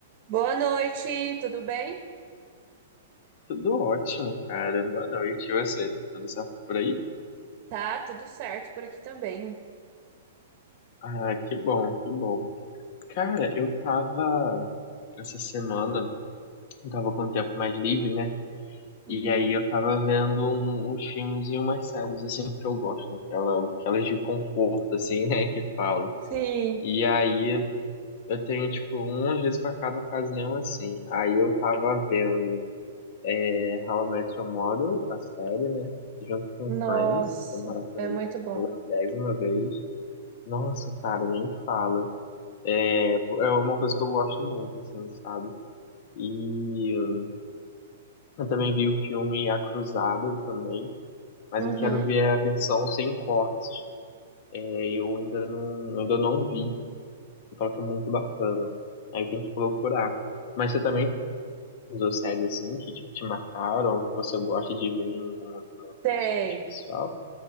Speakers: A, on the right; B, on the left.
A: Boa noite, tudo bem?
B: Tudo ótimo, cara. Boa noite. E você? Tá tudo certo por aí?
A: Tá, tudo certo por aqui também.
B: Ah, que bom, que bom. Cara, eu tava essa semana, eu tava com o tempo mais livre, né?
A: Uhum.
B: E aí eu tava vendo um- uns filmes e umas séries, assim, que eu gosto, né? Aquela, aquelas de conforto, assim, <laughs> né? Que falo.
A: Sim,
B: E aí eu tenho, tipo, umas vezes pra cada ocasião, assim. Aí eu tava vendo, né? How I Met Your Mother, a série, né? Junto com
A: nossa,
B: Friends. Eu maratonei
A: é muito bom.
B: pela milésima vez. Nossa, cara, nem fala. É, é uma coisa que eu gosto muito, assim, sabe? E uh, eu também vi o filme A Cruzada também, mas
A: Uhum.
B: eu quero ver a versão sem cortes. É, eu ainda não, ainda não vi. E fala que é muito bacana. Aí tem que procurar. Mas você também usou séries assim que tipo, te marcaram, que você gosta de ver em algum momento
A: Tem.
B: assim especial?